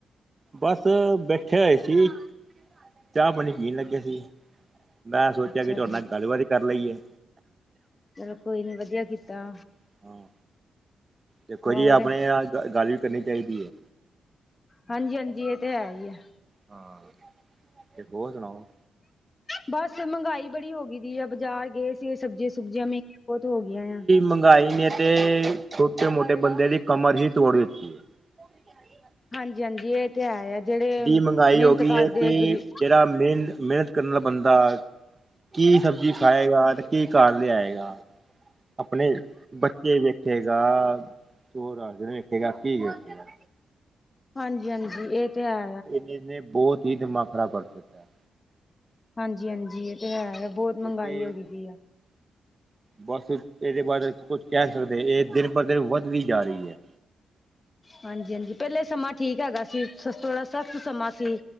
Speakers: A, on the right (about 35°); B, on the left (about 35°).
A: ਬਸ ਬੈਠੇ ਹੋਏ ਸੀ ਚਾਹ ਪਾਣੀ ਪੀਣ ਲੱਗੇ ਸੀ। ਮੈਂ ਸੋਚਿਆ,
B: ਅੱਛਾ
A: ਕਿ ਤੁਹਾਡੇ
B: ਜੀ
A: ਨਾਲ ਗੱਲਬਾਤ ਹੀ ਕਰ ਲਈਏ।
B: ਚਲੋ ਕੋਈ ਨੀ ਵਧੀਆ ਕੀਤਾ।
A: ਹਾਂ ਦੇਖੋ
B: ਹੋਰ
A: ਜੀ ਆਪਣਿਆਂ ਨਾਲ ਗੱਲ ਵੀ ਕਰਨੀ ਚਾਹੀਦੀ ਏ।
B: ਹਾਂਜੀ, ਹਾਂਜੀ ਇਹ ਤੇ ਹੈ ਹੀ ਹੈ।
A: ਹਾਂ ਤੇ ਹੋਰ ਸੁਣਾਓ।
B: ਬਸ ਮਹਿੰਗਾਈ ਬੜੀ ਹੋ ਗਈ ਦੀ ਏ, ਬਾਜ਼ਾਰ ਗਏ ਸੀ ਸਬਜ਼ੀਆਂ ਸੁਬਜ਼ੀਆਂ ਮਹਿੰਗੀਆਂ ਬਹੁਤ ਹੋ ਗਈਆਂ ਐ।
A: ਮੰਗਾਈ ਨੇ ਤੇ ਛੋਟੇ ਮੋਟੇ ਬੰਦੇ ਦੀ ਕਮਰ ਹੀ ਤੋੜ ਦਿੱਤੀ ਏ। ੱ <inaudible> <unintelligible>
B: ਹਾਂਜੀ, ਹਾਂਜੀ ਇਹ ਤੇ ਹੈ ਆ ਜਿਹੜੇ
A: ਮਹਿੰਗਾਈ
B: ਮਿਹਨਤ
A: ਹੋ ਗਈ
B: ਕਰਦੇ
A: ਹੈ ਕਿ
B: ਗਲੀ
A: ਜਿਹੜਾ ਮਿਹਨਤ, ਮਿਹਨਤ ਕਰਨ ਵਾਲਾ ਬੰਦਾ ਕੀ ਸਬਜ਼ੀ ਖਾਏਗਾ ਤੇ ਕੀ ਘਰ ਲਿਆਏਗਾ। ਆਪਣੇ ਬੱਚੇ ਵੇਖੇਗਾ ਚੋਰ <unintelligible> ਵੇਖੇਗਾ ਕੀ ਵਖੇਗਾ।
B: ਹਾਂਜੀ, ਹਾਂਜੀ ਇਹ ਤੇ ਹੈ ਆ।
A: ਜਿਨੇ ਬਹੁਤ ਹੀ ਦਿਮਾਗ ਖਰਾਬ ਕਰ ਦਿੱਤਾ।
B: ਹਾਂਜੀ, ਹਾਂਜੀ ਇਹ ਤੇ ਹੈ ਐ ਬਹੁਤ ਮਹਿੰਗਾਈ
A: ਕਿਉਂਕਿ
B: ਹੋ ਗਈ ਦੀ ਏ।
A: ਬਸ ਇ ਇਹਦੇ ਬਾਰੇ ਕੁਝ ਕਹਿ ਸਕਦੇ ਇਹ ਦਿਨ ਪਰ ਦਿਨ ਵੱਧਦੀ ਜਾ ਰਹੀ ਹੈ।
B: ਹਾਂਜੀ, ਹਾਂਜੀ ਪਹਿਲੇ ਸਮਾਂ ਠੀਕ ਹੈਗਾ ਸੀ ਸਸ ਥੋੜਾ ਸਸਤ ਸਮਾਂ ਸੀ।